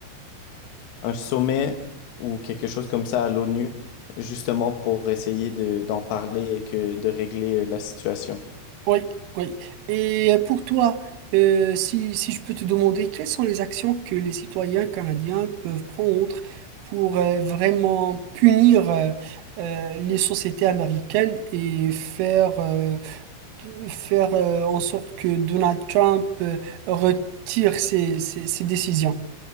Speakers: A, on the left (about 85°); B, on the right (about 80°).
A: un sommet ou quelque chose comme ça à l'ONU, justement pour essayer de, d'en parler et que, de régler euh, la situation.
B: Oui, oui. Et euh, pour toi, euh, si, si je peux te demander, quelles sont les actions que les citoyens canadiens peuvent prendre pour euh, vraiment punir euh, euh, les sociétés américaines et faire, euh, de- faire euh, en sorte que Donald Trump euh, retire ses, ses ses décisions?